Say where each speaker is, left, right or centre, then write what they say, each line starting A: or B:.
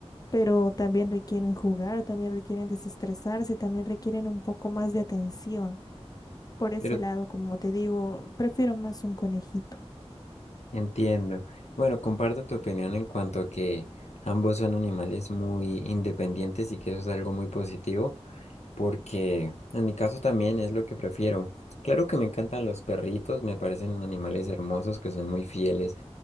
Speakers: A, on the left; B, on the left.
A: pero también requieren jugar, también requieren desestresarse, también requieren un poco más de atención por ese
B: Pero
A: lado, como te digo, prefiero más un conejito.
B: entiendo. Bueno, comparto tu opinión en cuanto a que ambos son animales muy independientes y que eso es algo muy positivo. porque en mi caso también es lo que prefiero. Claro que me encantan los perritos, me parecen animales hermosos que son muy fieles